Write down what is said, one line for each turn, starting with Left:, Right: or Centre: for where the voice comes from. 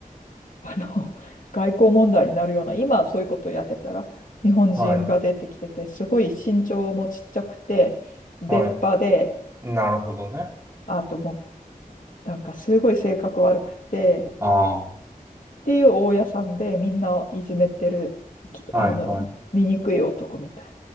Left: あの、外交問題になるような、今そういうことをやってたら、日本人が出てきてて、
Right: はい、
Left: すごい身長もちっちゃくて、出っ歯で、
Right: はい、なるほどね。
Left: あともうなんかすごい性格悪くて
Right: ああ、は
Left: っていう大家さんでみんなをいじめてるきあの醜い男みたいな
Right: いは